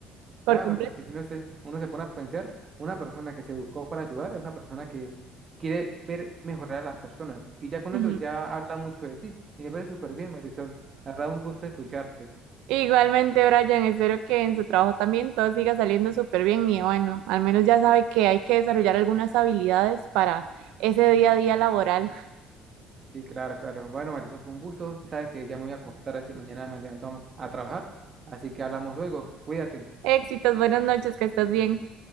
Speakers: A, on the right; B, on the right.
A: por
B: claro,
A: completo.
B: porque si no se, uno se pone a pensar, una persona que se educó para ayudar es una persona que quiere ver mejorar a las personas. Y ya con
A: Ujú.
B: eso ya habla mucho de ti. Y me parece súper bien, Marisol. La verdad, un gusto escucharte.
A: Igualmente, Brian, espero que en su trabajo también todo siga saliendo súper bien y bueno, al menos ya sabe que hay que desarrollar algunas habilidades para ese día a día laboral. <laughs>
B: Sí, claro, claro. Bueno, Mauricio, fue un gusto. Sabes que ya me voy a acostar, así mañana me levanto a a trabajar. Así que hablamos luego. Cuídate.
A: Éxitos, buenas noches, que estés bien.